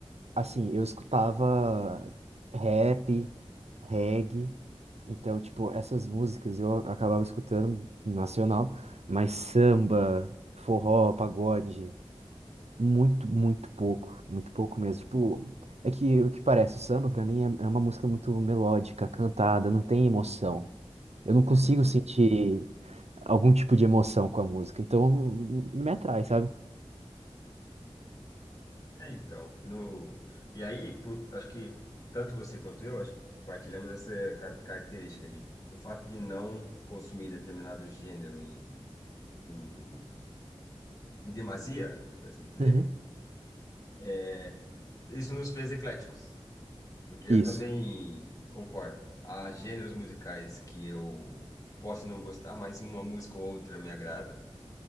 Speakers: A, on the right (about 75°); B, on the left (about 35°).
A: assim, eu escutava rap, reggae, então, tipo, essas músicas eu acabava escutando nacional, mas samba, forró, pagode, muito, muito pouco, muito pouco mesmo. Tipo, é que o que parece, o samba pra mim é, é uma música muito melódica, cantada, não tem emoção. Eu não
B: Uhum.
A: consigo sentir algum tipo de emoção com a música, então não não me atrai, sabe?
B: É, então, no... E aí, por- acho que tanto você quanto eu, acho que partilhamos essa ca- característica de o fato de não consumir determinado gênero em, em, em demasia, por assim dizer,
A: Uhum.
B: é, isso nos fez ecléticos, porque eu
A: Isso.
B: também concordo. Há gêneros musicais que eu posso não gostar, mas uma música ou outra me agrada,